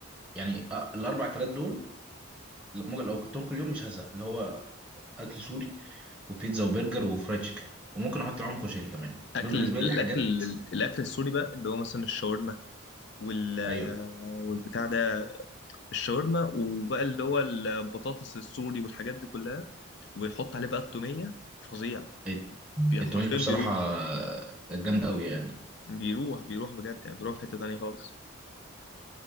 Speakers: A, in the centre; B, on the left.
A: يعني أ- الاربع اكلات دول ممكن لو اكلتهم كل يوم مش هزهق اللي هو اكل سوري وبيتزا وبرجر وفرايد تشيكن وممكن احط معاهم كشري كمان
B: أكل
A: دول بالنسبه
B: الأكل
A: لي حاجات
B: الأكل السوري بقى اللي هو مثلا الشاورما وال
A: ايوه
B: والبتاع ده الشاورما وبقى اللي هو البطاطس السوري والحاجات دي كلها وبيحط عليه بقى التومية فظيع
A: الت-
B: بي-
A: التوميه
B: حرفيا
A: بصراحه
B: بيروح
A: جامده قوي يعني
B: بيروح بيروح بجد يعني بيروح في حتة تانية خالص